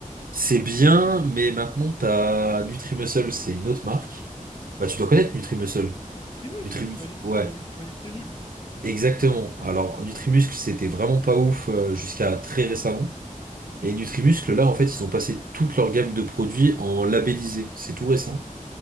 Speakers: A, on the right; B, on the left.
A: C'est bien, mais maintenant t'as Nutrimuscle, c'est une autre marque. Bah tu dois connaître Nutrimuscle.
B: Nutrimuscle,
A: Nutrimuscle,
B: mais tu m'as dit que c'est-
A: ouais,
B: tu m'as dit que tu m'as dit que c'était nul.
A: exactement. Alors Nutrimuscle, c'était vraiment pas ouf euh, jusqu'à très récemment. Et Nutrimuscle, là en fait, ils ont passé toute leur gamme de produits en labellisé. C'est tout récent.